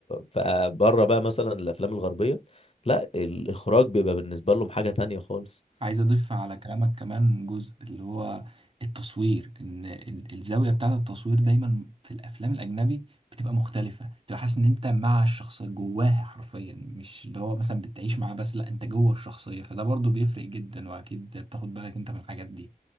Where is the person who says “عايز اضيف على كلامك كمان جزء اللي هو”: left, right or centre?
Right